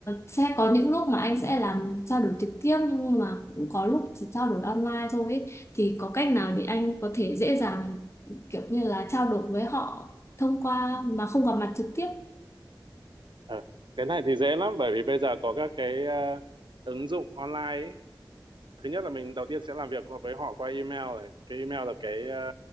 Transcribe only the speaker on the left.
sẽ có những lúc mà anh sẽ làm trao đổi trực tiếp nhưng mà cũng có lúc chỉ trao đổi online thôi ấy. Thì có cách nào để anh có thể dễ dàng kiểu như là trao đổi với họ thông qua mà không gặp mặt trực tiếp?